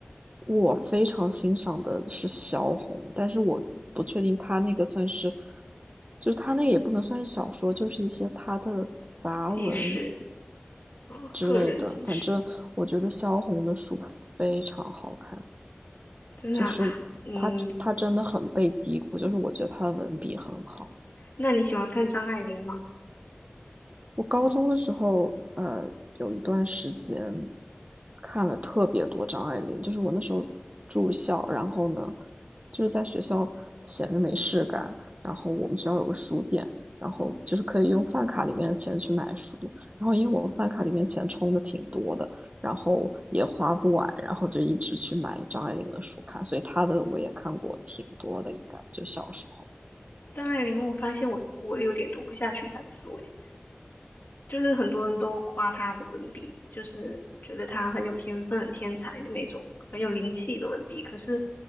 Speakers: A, on the right (about 35°); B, on the left (about 60°).
A: 我非常欣赏的是萧红，但是我不确定他那个算是，就是他那也不能算是小说，就是一些他的杂文
B: 纪实啊，
A: 之类的。
B: 个人纪实，
A: 反正我觉得萧红的书非常好看。
B: 真的啊、
A: 就是
B: 嗯，
A: 他他真的很被低估，就是我觉得他的文笔很好。
B: 那你喜欢看张爱玲吗？
A: 我高中的时候，呃，有一段时间看了特别多张爱玲，就是我那时候住校，然后呢，就是在学校闲着没事干，然后我们学校有个书店，然后就是可以用饭卡里面的钱去买书，然后因为我们饭卡里面钱充的挺多的，然后也花不完，然后就一直去买张爱玲的书看，所以她的我也看过挺多的，应该就小时候。
B: 张爱玲，我发现我我有点读不下去她的书诶。就是很多人都夸他的文笔，就是觉得他很有天分、很天才的那种，很有灵气的文笔。可是